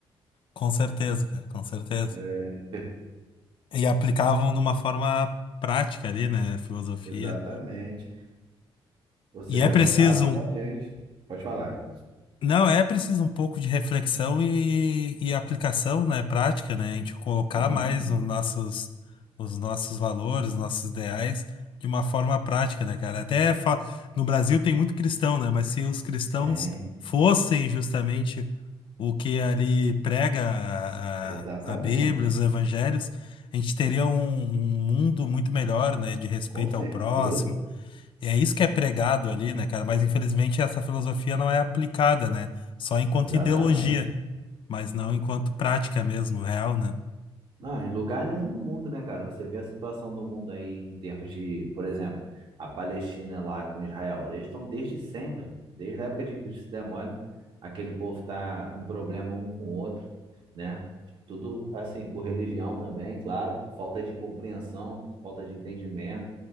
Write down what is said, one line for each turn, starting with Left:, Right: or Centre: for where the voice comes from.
Left: Com certeza, cara, com certeza.
Right: É,
Left: E aplicavam de uma forma prática ali, né? Filosofia.
Right: exatamente. Ou seja,
Left: E é preciso.
Right: anotaram
Left: um
Right: pra gente. Pode falar.
Left: Não, é preciso um pouco de reflexão e, e aplicação, né, prática, né? A gente colocar
Right: Sim,
Left: mais
Right: sim,
Left: os nossos, os nossos valores, os nossos ideais de uma forma prática, né, cara? Até fa- no Brasil tem muito cristão, né? Mas se os cristãos
Right: tem.
Left: fossem justamente o que ali prega a,
Right: Exatamente.
Left: a- a Bíblia, os evangelhos, a gente teria um, um mundo muito melhor, né? De respeito
Right: Com certeza.
Left: ao próximo é isso que é pregado ali, né, cara? Mas infelizmente essa filosofia não é aplicada, né? Só enquanto
Right: Exatamente.
Left: ideologia, mas não enquanto prática mesmo, real, né?
Right: Não, em lugar nenhum no mundo, né, cara? Você vê a situação do mundo aí em termos de, por exemplo, a Palestina é lá com Israel. Eles estão desde sempre, desde a época de Cristo, se der mole, aquele povo tá com problema um com o outro, né? Tudo assim, por religião também, claro, por falta de compreensão, por falta de entendimento,